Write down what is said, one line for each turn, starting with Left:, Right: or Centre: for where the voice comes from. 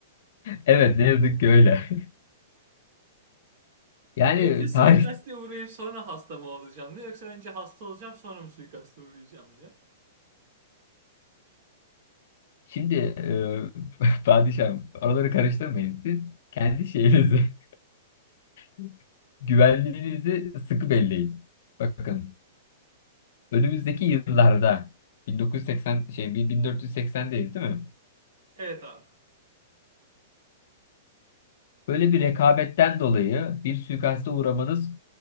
Left: Evet ne yazık ki öyle. <laughs> Yani
Right: Önce suikaste
Left: tarih
Right: uğrayıp sonra hasta mı olacağım diyor. Yoksa önce hasta olacağım sonra mı suikaste uğrayacağım diyor.
Left: şimdi e, <laughs> padişahım araları karıştırmayın. Siz kendi şeyinizi <laughs> Güvenliğinizi sıkı belleyin. Bakın önümüzdeki yıllarda 1980 şey 1480'deyiz değil mi?
Right: Evet abi.
Left: Böyle bir rekabetten dolayı bir suikaste uğramanız